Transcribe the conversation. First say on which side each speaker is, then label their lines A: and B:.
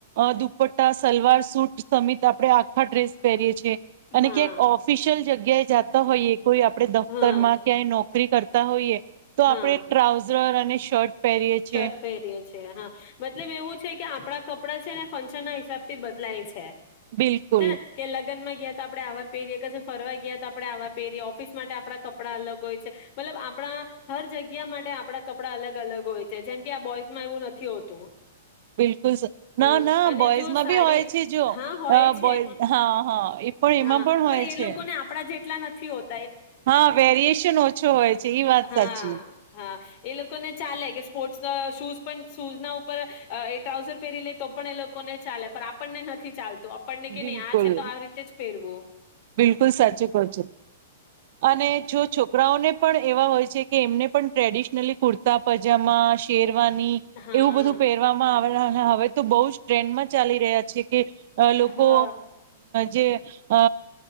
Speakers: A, on the right; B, on the left.
A: અ દુ દુપટા સલવાર સુૂટ સમિત આપણે આખા ડ્રેસ પહેરીએ છીએ. અને
B: હા
A: ક્યાંક ઓફિશિયલ જગ્યાએ જાતા હોઈએ કોઈ, આપણે દફતરમાં
B: હા
A: ક્યાંય નોકરી કરતા હોઈએ, તો
B: હા
A: આપણે ટ્રાઉઝર અને શર્ટ પહેરીએ છીએ
B: શર્ટ પહેરીએ છીએ, હા મતલબ એવું છે. કે આપ આપણા કપડાં છે ને ફંક્શન ના હિસાબ થી બદલાય છે.
A: બિલકુલ
B: <inaudible> કે લગનમાં ગયા તો આપણે આવા પહેરીએ, ફરવા ગયા તો આપણે આવા પહેરીએ, ઓફિસ માટે આપણા કપડાં અલગ હોય છે. મતલબ આપણા હર જગ્યા માટે આપણા કપડા અલગ અલગ હોય છે. જે જેમ કે આ બોઇઝમાં એવું નથી હોતું.
A: બિલકુલ
B: હમ
A: ના ના
B: અને
A: બોઈઝમાં
B: જો સાડી
A: ભી હોય છે, જો
B: હા હોય છે
A: બોઝ હા હા એ પણ એમાં
B: હા
A: પણ હોય
B: એ
A: છે.
B: લોકોને આપણા જેટલા નથી હોત.
A: હા વેરિએશન ઓછો હોય છે, ઇ વાત
B: હા
A: સાચી
B: હા એ લોકો ને ચાલે કે, સ્પોર્ટ્સ શૂઝ પણ શૂઝ ના ઉપર એ ટ્રાઉઝર પહેરી લે તો પણ એ લોકોને ચાલે પણ આપણને નથી ચાલતા. તો આપણને કે
A: બિલકુલ
B: નહી આ છે, તો આ રીતે જ ફેરવો
A: બિલકુલ સાચું કહુ છુ, અને જો છોકરાઓને પણ એવા હોય. જેકે એમને પણ ટ્રેડિશનલી કુર્તા, પજામા, શેર રવાની,
B: હા
A: એવું બધું પહેરવામાં આવે હવે તો બહુ જ ટ્રેન્ડમાં ચાલી રહ્યા છે કે, લોકો
B: હા
A: જે અ